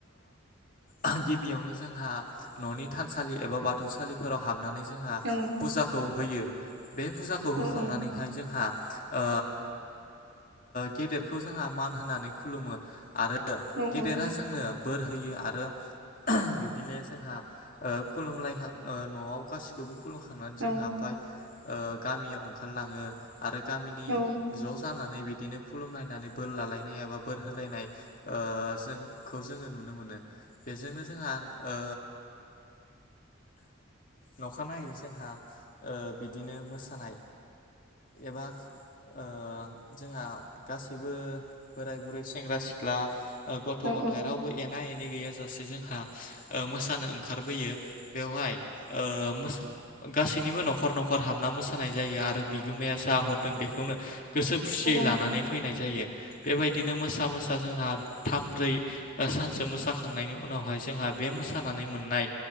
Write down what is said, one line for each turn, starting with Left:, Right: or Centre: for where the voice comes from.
Left: ओ गिबियावनो जोंहा न'नि थानसालि एबा बाथौ सालिफोराव हाब नानै जोंहा
Right: औ
Left: फुजाखौ होयो बे फुजाखौ होखांनानैहाय
Right: औ औ
Left: जोंहा ओ गेदेरखौ जोंहा मान होनानै खुलुमो आरो
Right: औ
Left: गेदेरा
Right: औ
Left: जोंनो बोर होयो आरो बिदिनो जोंहा ओ खुलुमलायखां न'आव गासिखौबो खुलुमखांनानैसो
Right: औ
Left: हाबबाय ओ गामियाव ओंखारलाङो आरो गामिनि
Right: औ
Left: ज' जानानै बिदि। बिदिनो खुलुमलनायनानै बोर लालायनाय एबा बोर होलायनाय। ओ जों खौ जोङो नुनो मोनो। <unintelligible> बेजोंनो जोंहा ओ। नखानायै जोंहा बिदिनो मोस नाय <inaudible> एबा। ओ जोंहा गासैबो बोराय बुरै सेंग्रा सिख्ला। गथ'
Right: औ
Left: गथाय रावबो एना एनि। गैसे जोंहा <unintelligible> मोसानो ओंखारबोयो। बेवहाय ओ मोस गासैनिबो न'खर न'खर हाबना मोसा जायो आरो बिगोमाया जा हरदों बेखौनो। गोसो खुसियै लानानै
Right: औ
Left: फैनाय जायो। बेबायदिनो मोसा मोसा जोंहा थामब्रै। सानसे मोसाखांनायनि उनावहाय जोंहा। बे मोसानानै मोननाय।